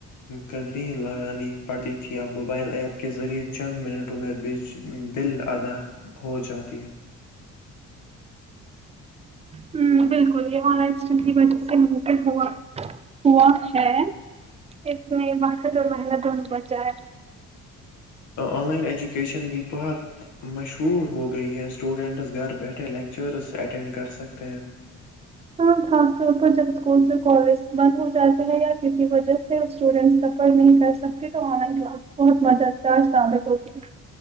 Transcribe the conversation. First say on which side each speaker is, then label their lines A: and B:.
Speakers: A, on the left; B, on the right.
A: قدری لگان پڑتی تھی موبائل ایپ کے ذریعے چند منٹوں میں بج بل ادا ہو جاتی ہے
B: ہ بالکل یہ ہمارا اسٹن کی وجہ سے م پ ہوا ہوا ہے اس میں ماں جو ملا دونوں بچایا
A: آن لائین ایجوکیشن بھی بہت مشہور ہو گئی ہے اسٹوڈینٹس گھر بیٹھے لیکچرس اٹینڈ کر سکتے ہیں
B: ہاں خاص طور پر جب اسکولس سے کالج بند ہو جاتا ہے یا کسی وجہ سے اسٹوڈینٹ سفر نہیں کر سب کے تو آن لائن کلاس بہت مددگار ثابت ہوتی ہے-